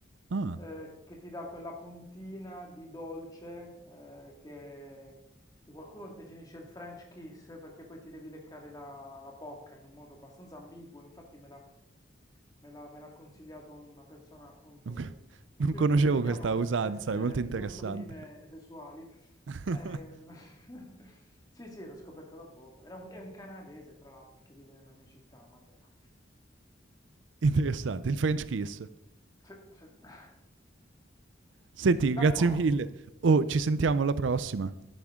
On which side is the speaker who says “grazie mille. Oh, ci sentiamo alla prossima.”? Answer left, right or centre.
Right